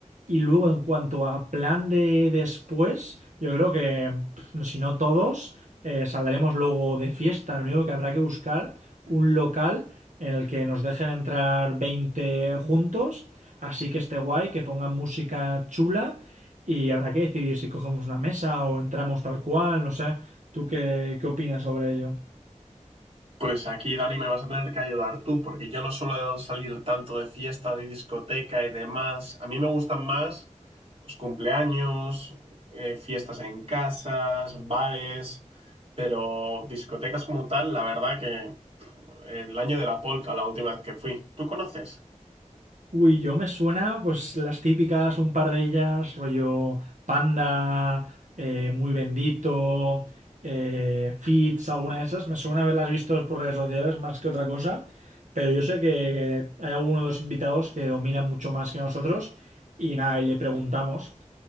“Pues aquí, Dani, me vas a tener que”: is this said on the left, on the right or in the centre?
Right